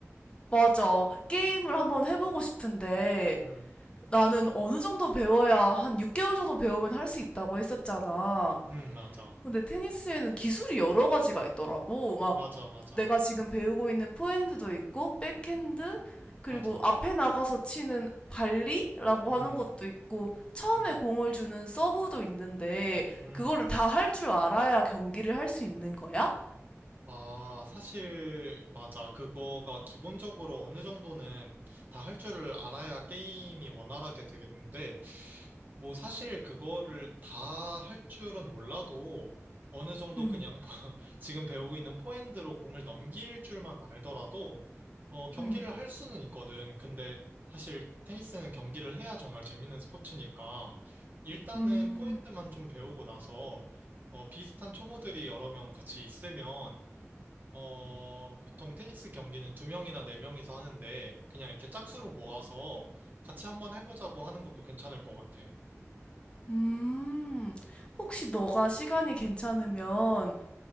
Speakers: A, on the left (about 20°); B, on the right (about 35°).
A: 맞아. 게임을 한번 해보고 싶은데
B: 음,
A: 나는 어느 정도 배워야 한 6개월 정도 배우면 할 수 있다고 했었잖아.
B: 음, 맞아.
A: 근데 테니스에는 기술이 여러 가지가 있더라고. 막
B: 맞아, 맞아.
A: 내가 지금 배우고 있는 포핸드도 있고, 백핸드, 그리고
B: 맞아.
A: 앞에 나가서 치는 발리라고
B: 음.
A: 하는 것도 있고, 처음에
B: 음,
A: 공을 주는 서브도 있는데,
B: 음.
A: 그거를 다 할 줄 알아야 경기를 할 수 있는 거야?
B: 아, 사실, 맞아. 그거가 기본적으로 어느 정도는 다 할 줄을 알아야 게임이 원활하게 되겠는데, 뭐 사실 그거를 다 할 줄은 몰라도 어느 정도
A: 음,
B: 그냥 <laughs> 지금 배우고 있는 포핸드로 공을 넘길 줄만 알더라도 어, 경기를
A: 음,
B: 할 수는 있거든. 근데 사실 테니스는 경기를 해야 정말 재밌는 스포츠니까 일단은
A: 음,
B: 포핸드만 좀 배우고 나서 어, 비슷한 초보들이 여러 명 같이 있으면 어, 보통 테니스 경기는 두 명이나 네 명이서 하는데 그냥 이렇게 짝수로 모아서 같이 한번 해보자고 하는 것도 괜찮을 것 같아.
A: 음. 혹시 너가 시간이 괜찮으면